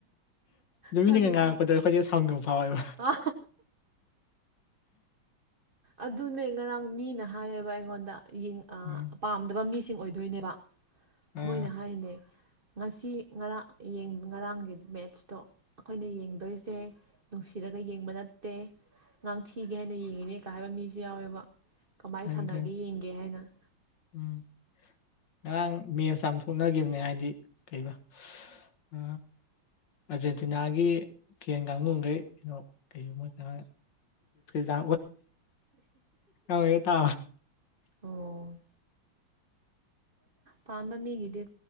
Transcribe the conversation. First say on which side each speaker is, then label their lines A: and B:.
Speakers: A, on the left (about 60°); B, on the right (about 40°).
A: ꯅꯨꯃꯤꯠꯅꯤꯒ
B: ꯈꯪꯉꯦ
A: ꯉꯥꯡꯉꯛꯄꯗꯣ
B: ꯈꯪꯉꯦ
A: ꯑꯩꯈꯣꯏꯁꯦ ꯁꯥꯎꯗ ꯐꯥꯎꯋꯦꯕ ꯍꯝ
B: ꯑ ꯑꯗꯨꯅꯦ ꯉꯔꯥꯡ ꯃꯤꯅ ꯍꯥꯏꯌꯦꯕ ꯑꯩꯉꯣꯟꯗ
A: ꯎꯝ
B: ꯄꯥꯝꯗꯕ ꯃꯤꯁꯤꯡ ꯑꯣꯏꯗꯣꯏꯅꯦꯕ
A: ꯑꯥ
B: ꯃꯣꯏꯅ ꯍꯥꯏꯔꯤꯅꯦ ꯉꯁꯤ ꯉꯔꯥꯡ ꯉꯔꯥꯡꯒꯤ ꯃꯦꯠꯁꯇꯣ ꯑꯩꯈꯣꯏꯅ ꯌꯦꯡꯗꯣꯏꯁꯦ ꯅꯨꯡꯁꯤꯔꯒ ꯌꯦꯡꯕ ꯅꯠꯇꯦ ꯑꯥꯡ ꯊꯤꯒꯦ ꯍꯥꯏꯅ ꯌꯦꯡꯉꯤꯅꯦ ꯀꯣꯏ ꯍꯥꯏꯕ ꯃꯤꯁꯨ ꯌꯥꯎꯋꯦꯕ ꯀꯃꯥꯏꯅ
A: ꯈꯪꯉꯤ
B: ꯁꯥꯟꯅꯒꯦ
A: ꯈꯪꯉꯤ
B: ꯌꯦꯡꯒꯦ ꯍꯥꯏꯅ
A: ꯎꯝ ꯉꯔꯥꯡ ꯃꯦꯝ ꯆꯝꯊꯣꯛꯅꯈꯤꯕꯅꯦ ꯍꯥꯏꯗꯤ ꯀꯩꯕ ꯑ ꯑꯥꯔꯖꯦꯟꯇꯤꯅꯥꯒꯤ ꯀꯦꯟ ꯀꯥꯡꯒꯨꯈꯩ ꯀꯩꯅꯣ ꯀꯩꯒꯨꯝꯕ ꯑꯥ ꯁ ꯀꯣꯅꯤ ꯇ
B: ꯑꯣ ꯄꯥꯝꯕ ꯃꯤꯒꯤꯗꯤ